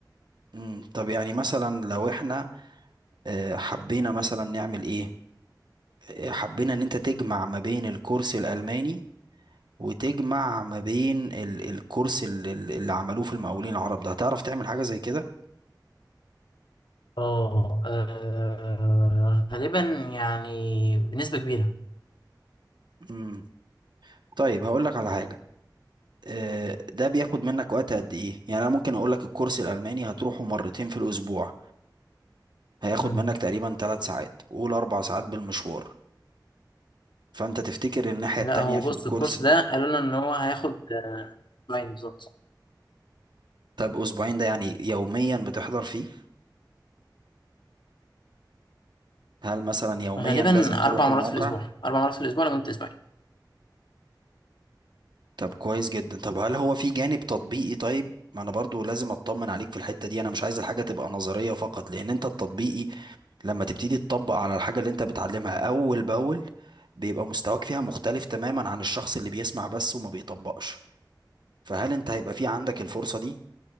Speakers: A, on the right; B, on the left.
A: مم، طب يعني مثلا لو احنا آه، حبينا مثلا نعمل ايه آه، حبينا ان انت تجمع ما بين الكورس الألماني وتجمع ما بين ال- الكورس ال- ال- اللي عملوه في المقاولين العرب ده هتعرف تعمل حاجة زي كده
B: اه آه، غالبا يعني بنسبة كبيرة
A: مم. طيب هقول لك على حاجة آه، ده بياخد منك وقت قد ايه يعني انا ممكن اقول لك الكورس الألماني هتروحه مرتين في الأسبوع هياخد
B: مم.
A: منك تقريبا ثلاث ساعات قول اربع ساعات بالمشوار فانت تفتكر الناحية
B: لا
A: التانية
B: هو
A: في
B: بص
A: الكورس
B: الكورس ده قالوا لنا ان هو هياخد اسبوعين بالظبط
A: طب اسبوعين ده يعني يوميا بتحضر فيه هل مثلا يوميا
B: غالبا
A: لازم تروح
B: اربع
A: الموقع
B: مرات في الاسبوع اربع مرات في الاسبوع لمدة اسبوعين
A: طب كويس جدا طب هل هو في جانب تطبيقي طيب ما انا برضو لازم اطمن عليك في الحتة دي انا مش عايز الحاجة تبقى نظرية فقط لان انت التطبيقي لما تبتدي تطبق على الحاجة اللي انت بتعلمها اول باول بيبقى مستواك فيها مختلف تماما عن الشخص اللي بيسمع بس وما بيطبقش فهل انت هيبقى في عندك الفرصة دي